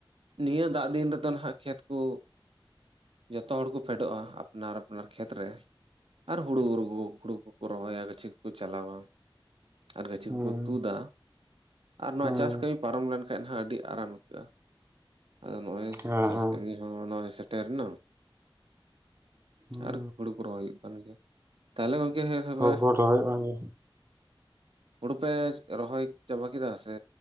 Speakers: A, on the right (about 80°); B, on the right (about 30°).
A: ᱱᱤᱭᱟᱹ ᱫᱟᱜᱽ ᱫᱤᱱ ᱨᱮᱫᱚ ᱱᱷᱟᱜ ᱠᱷᱮᱛ ᱠᱚ ᱡᱚᱛᱚ ᱦᱚᱲ ᱠᱚ ᱯᱷᱮᱰᱚᱜᱼᱟ ᱟᱯᱱᱟᱨ ᱟᱯᱱᱟᱨ ᱠᱷᱮᱛ ᱨᱮ ᱟᱨ ᱦᱩᱲᱩ <unintelligible> ᱦᱩᱲᱩ ᱠᱚᱠᱚ ᱨᱚᱦᱚᱭᱟ ᱜᱟᱪᱷᱤ ᱠᱚᱠᱚ ᱪᱟᱞᱟᱣᱟ ᱟᱨ ᱜᱟᱪᱷᱤ
B: ᱦᱩᱸ
A: ᱠᱚᱠᱚ ᱛᱩᱫᱟ ᱾ ᱟᱨ ᱱᱚᱣᱟ
B: ᱦᱩᱸ
A: ᱪᱟᱥ ᱠᱟᱹᱢᱤ ᱯᱟᱨᱚᱢ ᱞᱮᱱᱠᱷᱟᱡ ᱱᱷᱟᱜ ᱟᱹᱰᱤ ᱟᱨᱟᱢ ᱟᱹᱭᱠᱟᱹᱜᱼᱟ ᱟᱫᱚ ᱱᱚᱜᱼᱚᱭ
B: ᱦᱮᱸ ᱦᱮᱸ
A: <unintelligible> ᱦᱚᱸ ᱱᱚᱜᱼᱚᱭ ᱥᱮᱴᱮᱨᱮᱱᱟ
B: ᱦᱩᱸ
A: ᱟᱨ ᱦᱩᱲᱩ ᱠᱚ ᱨᱚᱦᱚᱭ ᱦᱩᱭᱩᱜ ᱠᱟᱱ ᱜᱮᱭᱟ ᱛᱟᱦᱮ ᱜᱚᱝᱠᱮ ᱦᱮᱸ ᱛᱚᱵᱮ
B: ᱦᱳᱲᱳ ᱠᱚ ᱨᱚᱦᱚᱭ ᱵᱟᱝᱜᱮ
A: ᱦᱩᱲᱩ ᱯᱮ ᱨᱚᱦᱚᱭ ᱪᱟᱵᱟ ᱠᱮᱫᱟ ᱥᱮ